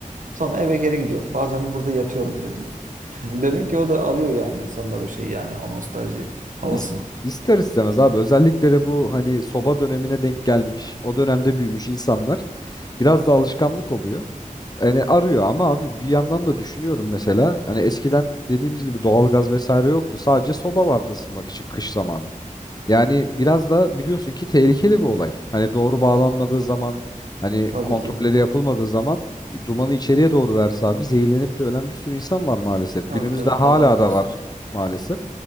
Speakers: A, on the right; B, on the left.
A: Sonra eve geri gidiyorum. Bazen de burada yatıyorum dedi. <laughs> Demek ki o da arıyor yani insanlar o şeyi yani o nostalji havasını.
B: İs- ister istemez abi özellikle de bu hani soba dönemine denk gelmiş o dönemde büyümüş insanlar biraz da alışkanlık oluyor. Hani arıyor ama abi bir yandan da düşünüyorum mesela hani eskiden dediğimiz gibi doğalgaz vesaire yoktu sadece soba vardı ısınmak için kış zamanı. Yani biraz da biliyorsun ki tehlikeli bir olay. Hani doğru bağlanmadığı zaman, hani
A: Tabii
B: kontrolleri
A: ki.
B: yapılmadığı zaman e, dumanı içeriye doğru verse abi zehirlenip de ölen bir sürü insan var maalesef.
A: Tabii
B: Günümüzde
A: tabii.
B: hala
A: Allah korusun.
B: da var maalesef.